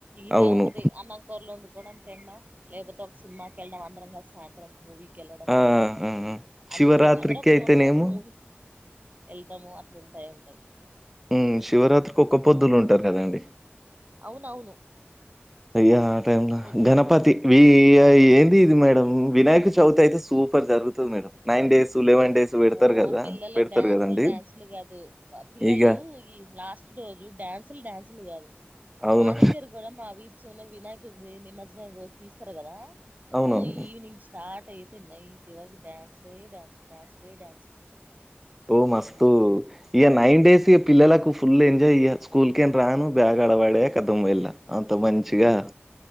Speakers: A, on the right; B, in the centre.
A: ఇదే
B: అవును.
A: ఉంటుంది అన్నం కూరలు వండుకోవడం తిన్. డం లేకపోతే ఒక సినిమాకి ఎళ్ళ్డం అందరం కల్సి సాయంత్రం మూవీ. కెళ్ళడం
B: ఆ ఆ ఆ ఆ శివరాత్రికి
A: అందుర్ శో అందరూ ఒక
B: అయితేనేమో
A: చోట్లో ఎళ్తే మూవీ ఎళ్తమూ అట్లా ఉంటాయి ఉంటాయి
B: ఊ శివరాత్రికి ఒక్క పొద్దులు ఉంటరు కదా అండి.
A: అవునవును
B: అయ్యా ఆ టైమ్ నా
A: పొద్దులుంటారు
B: గణపతి వీ ఇగా ఏంది ఇది మేడం వినాయక చవితి అయితే సూపర్ జరుగుతది madam nine days eleven days పెడతారు
A: ఓ
B: కదా
A: పిల్లల
B: పెడతారు
A: డ్యాన్సుల్
B: కదండి
A: డ్యాన్సులు గాదు వా పిల్లలూ
B: ఇగ
A: ఈ లాస్ట్ రోజు డ్యాన్సుల్ డ్యాన్సులు గాదు.
B: అవును
A: మా దగ్గర గూడా మా వీధి చివరన వినాయకుడ్దీ నిమజ్జనం రోజు తీస్తరు కదా
B: అవునవును
A: ఓ ఈవనింగ్ స్టార్ట్ అయితే నైట్ వరకు డ్యాన్సులే డాన్స్ డాన్స్. లే డాన్సులు
B: ఓ మస్తూ ఇగా నైన్ డేస్ ఇగ పిల్లలకు ఫుల్ ఎంజాయ్ ఇగ స్కూల్ కెంట్ రాను బ్యాగ్ అక్కడ పడేయా ఖతమ్ ఎళ్ళినా అంత మంచిగా